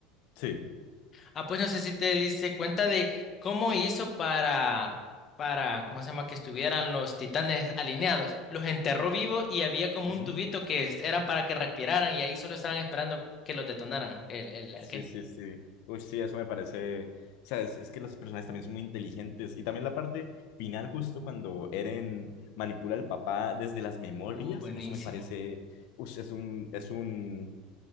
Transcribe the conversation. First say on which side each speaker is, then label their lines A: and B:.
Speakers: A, on the left (about 70°); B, on the left (about 35°).
A: sí.
B: Ah, pues no sé si te diste cuenta de cómo hizo para, para, ¿cómo se llama? Que estuvieran los titanes alineados. Los enterró vivos y había como
A: Ujú.
B: un tubito que es- eran para que respiraran y ahí solo estaban esperando que los detonaran. El, el,
A: Sí,
B: aquel.
A: sí, sí. Uy, sí, eso me parece. O sea, es, es que los personajes también son muy inteligentes. Y también la parte final, justo cuando Eren manipula al papá desde las memorias,
B: Uh, buenísimo.
A: eso me parece. Uy, es un, es un.